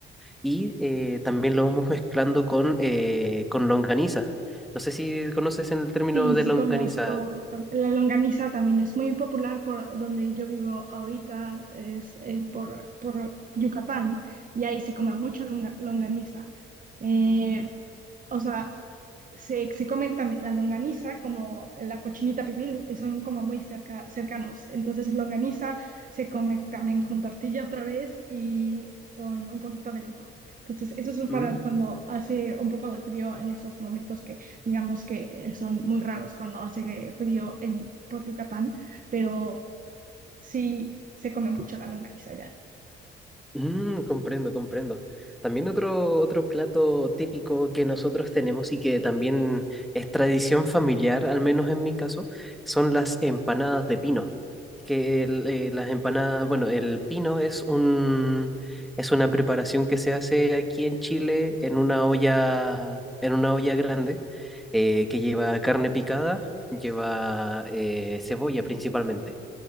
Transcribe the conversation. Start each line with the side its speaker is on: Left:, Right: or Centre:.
Centre: Y eh, también lo vamos mezclando con, eh, con longaniza. No sé si conoces el término
Right: Sí,
Centre: de
Right: sí
Centre: longaniza.
Right: conozco. La longaniza también es muy popular por donde yo vivo ahorita, es, es por, por Yucatán, y ahí se come mucho longa- longaniza. Eh, o sea, se, se come también la longaniza como la cochinita pibil, eh, son como muy cerca, cercanos. Entonces, longaniza se come también con tortilla otra vez y con un poquito de limón. Entonces, eso es para
Centre: Mm.
Right: cuando hace un poco de frío en esos momentos digamos que son muy raros cuando hace frío en, por Yucatán, pero sí se come mucho la longaniza allá.
Centre: Mm, comprendo, comprendo. También otro, otro plato típico que nosotros tenemos y que también es tradición familiar, al menos en mi caso, son las empanadas de pino. Que el, eh, las empanadas, bueno, el pino es un, es una preparación que se hace aquí en Chile en una olla, en una olla grande, eh, que lleva carne picada, lleva eh, cebolla principalmente.